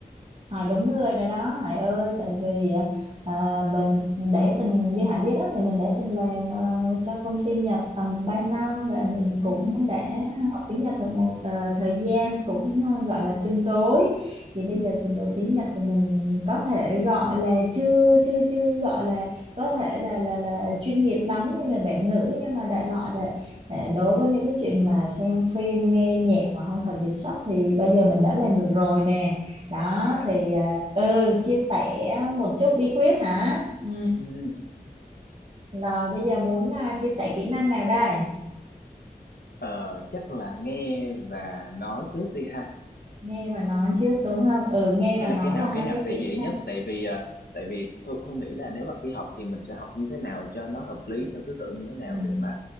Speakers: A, on the right (about 40°); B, on the left (about 85°).
A: Hải đúng người rồi đó Hải ơi tại vì à, mình để từng như Hải biết đó thì mình để từng làm ờ, cho công ty Nhật tầm 3 năm và mình cũng
B: Ừ.
A: đã học tiếng Nhật được một ờ, thời gian cũng ờ, gọi là tương đối thì bây
B: Ừ.
A: giờ trình độ tiếng Nhật của mình có thể gọi là chưa chưa chưa gọi là có thể là là là chuyên nghiệp lắm như người bản ngữ nhưng mà đại loại là à, đối với những cái chuyện mà xem phim nghe nhạc mà không cần việc sắp thì bây giờ mình đã làm được rồi nè đó
B: À,
A: thì à, ừ chia sẻ một chút bí quyết hả ừ
B: ừ.
A: rồi bây giờ muốn à, chia sẻ kỹ năng nào đây
B: Ờ, chắc là nghe và nói trước đi ha.
A: nghe và nói trước đúng không ừ nghe
B: Hay
A: và
B: là
A: nói
B: cái nào
A: là hai
B: cái nào
A: cái
B: sẽ
A: kỹ
B: dễ nhất?
A: năng
B: Tại vì à, tại vì Thu, Thu nghĩ là nếu mà khi học thì mình sẽ học như thế nào cho nó hợp lý theo thứ tự như thế nào
A: ừ
B: để mà